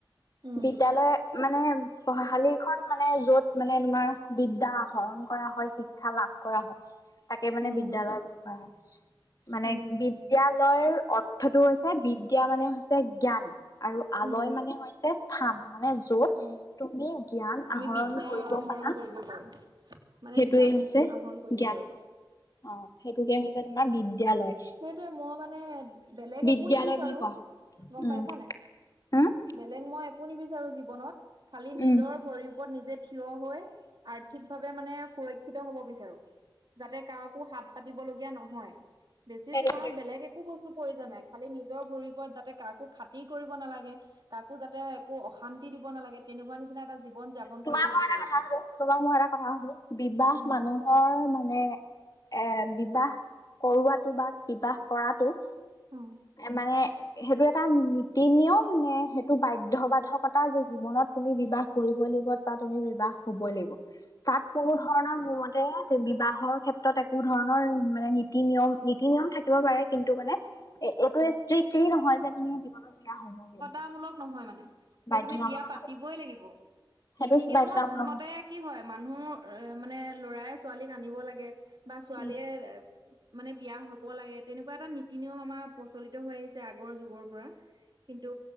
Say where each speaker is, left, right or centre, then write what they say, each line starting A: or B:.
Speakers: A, on the right; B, on the left.
A: উম
B: বিদ্যালয় মানে পঢ়াশালিখন মানে য'ত মানে তোমাৰ বিদ্যা আহৰণ কৰা হয়- শিক্ষা লাভ কৰা হয় তাকে মানে
A: উম
B: বিদ্যালয় বুলি কোৱা হয়। মানে
A: উম
B: বি বিদ্যালয়ৰ অৰ্থটো হৈছে বিদ্যা মানে হৈছে জ্ঞান। আৰু আলয়
A: উম
B: মানে হৈছে স্থান মানে য'ত
A: উম
B: তুমি জ্ঞান
A: আমি
B: আহৰণ
A: বিদ্যা
B: কৰিব পাৰা।
A: <unintelligible>
B: সেইটোৱে
A: জ্ঞান
B: হৈছে
A: আহৰণ কৰিব
B: জ্ঞান।
A: পাৰো
B: অঁ' সেইটোকে হৈছে তোমাৰ বিদ্যয়ালয়।
A: সেইটোৱে, মই মানে বেলেগ
B: বিদ্যালয়
A: একো নিবিছো।
B: বুলি কোৱা হয়
A: গম
B: উম
A: পাইছা নাই?
B: উম
A: বেলেগ মই একো নিবিচাৰো জীৱনত খালি
B: উম
A: নিজৰ ভৰিৰ ওপৰত নিজে থিয় হৈ আৰ্থিকভাৱে মানে সুৰক্ষিত হ'ব বিচাৰো যাতে কাকো হাত পাতিব লগগীয়া নহয়। বেছি
B: সেইটোৱে
A: জীৱনত
B: সেইটোৱে
A: বেলেগ একো বস্তু প্ৰয়োজন নাই। খালি নিজৰ ভৰিৰ ওপৰত যাতে কাকো খাতিৰ কৰিব নালাগে, কাকো যাতে কাকো অশান্তি দিব নালাগে। তেনেকুৱা নিচিনা এটা জীৱন যাপন
B: তোমাক
A: কৰিব
B: মই
A: বিচাৰো
B: এটা কথা
A: মানে।
B: সোধো তোমাক মই এটা কথা সোধো। বিবাহ
A: উম
B: মানুহ এৰ মানে এ বিবাহ কৰোৱাটো বা বিবাহ কৰাটো
A: উম।
B: মানে সেইটো এটা নীতি নিয়ম নে সেইটো বাধ্যবাধকতা যে জীৱনত তুমি বিবাহ কৰিবই লাগিব? তুমি বিবাহ হবই লাগিব। তাত কোনো ধৰণৰ মোৰ মতে বিবাহৰ ক্ষেত্ৰত ক্ষেত্ৰত একো ধৰণৰ মানে নীতি নিয়ম নীতি নিয়ম থাকিব পাৰে, কিন্তু মানে এ এইটো
A: উম।
B: ষ্ট্ৰিক্টলি নহয় যে তুমি জীৱনত বিয়া হবয়েই লাগিব।
A: তা মূলক নহয় মানে। যে
B: বাধ্যতামুলক
A: তুমি বিয়া পাতিবই লাগিব।
B: সেইটো
A: নীতি নিয়মত
B: বাধ্যতামুল
A: মতে কি হয় মানুহৰ এ মানে লৰাই ছোৱালীক আনিব লাগে, বা ছোৱালীয়ে
B: উম
A: মানে বিয়া হ'ব লাগে, তেনেকুৱা এটা নীতি নিয়ম আমাৰ প্ৰচলিত হৈ আহিছে আগৰ যুগৰ পৰা। কিন্তু